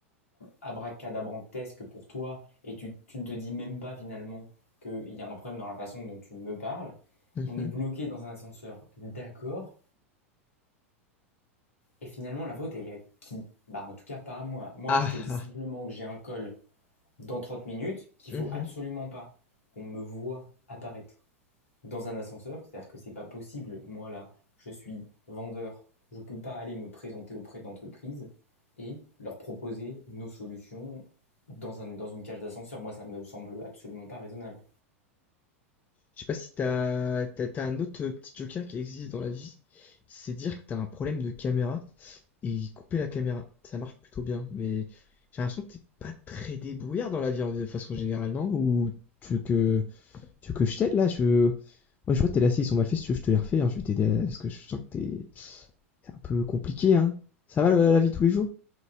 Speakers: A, on the left; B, on the left.
A: abracadabrantesque pour toi et tu, tu ne te dis même pas finalement qu'il y a un problème dans la façon dont tu me parles.
B: Mhm.
A: On est bloqué dans un ascenseur, d'accord. Et finalement, la faute, elle est à qui Bah, en tout cas, pas à moi. Moi,
B: Ah,
A: je te dis
B: ah,
A: simplement que j'ai un col dans 30 minutes, qu'il
B: mhm.
A: faut absolument pas qu'on me voit apparaître dans un ascenseur. C'est-à-dire que c'est pas possible. Moi, là, je suis vendeur. Je ne peux pas aller me présenter auprès d'entreprises et leur proposer nos solutions dans, un, dans une cage d'ascenseur. Moi, ça ne me semble absolument pas raisonnable.
B: Je sais pas si t'as, t'as, t'as un autre euh, petit joker qui existe dans la vie. C'est dire que t'as un problème de caméra et couper la caméra. Ça marche plutôt bien, mais j'ai l'impression que t'es pas très débrouillard dans la vie euh, de façon générale, non? Ou tu veux que, tu veux que je t'aide là? Je, veux... ouais, je vois tes lacets, ils sont mal faits. Si tu veux, je te les refais. hein. Je vais t'aider là, parce que je sens que t'es, C'est un peu compliqué, hein. Ça va le- la vie tous les jours?